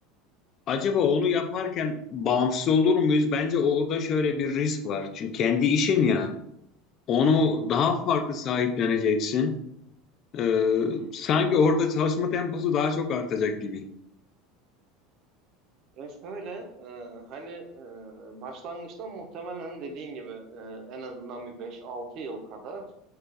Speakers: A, on the left; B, on the right.
A: acaba onu yaparken bağımsız olur muyuz? Bence orada şöyle bir risk var. Çünkü kendi işin ya, onu
B: Hı hı,
A: daha farklı sahipleneceksin. Ee,
B: hı hı.
A: sanki orada çalışma temposu daha çok artacak gibi.
B: Ya şöyle, e, hani e, başlangıçta muhtemelen dediğin gibi e, en azından bir beş altı yıl kadar